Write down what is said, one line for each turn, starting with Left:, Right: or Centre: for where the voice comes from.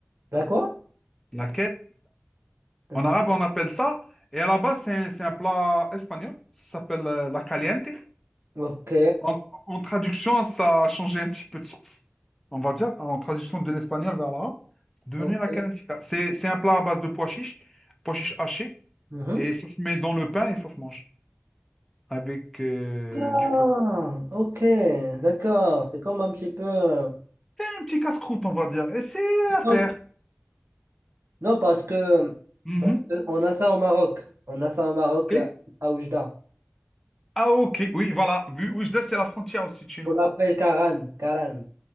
Right: la quoi
Centre: La
Right: Mm,
Centre: En arabe, on appelle ça. Et à la base, c'est un, c'est un plat espagnol. Ça s'appelle euh, la caliente.
Right: ok
Centre: En, en traduction, ça a changé un petit peu de sens. On va dire, en traduction de l'espagnol vers l'arabe, c'est devenu
Right: ok
Centre: la caliente. C'est, c'est un plat à base de pois chiches, pois chiches hachés.
Right: Mhm.
Centre: Et ça se met dans le pain et ça se mange avec euh,
Right: Ah,
Centre: du curcuma.
Right: ok, d'accord. C'est comme un petit peu. euh,
Centre: C'est un petit casse-croûte, on va dire. Et c'est à
Right: Non,
Centre: faire.
Right: Non, parce que,
Centre: Mhm.
Right: parce que on a ça au Maroc. On a ça au Maroc
Centre: Ok.
Right: euh, à Oujda.
Centre: Ah, ok. Oui, voilà. Vu Oujda, c'est la frontière aussi de chez nous.
Right: On l'appelle Karan. Karan.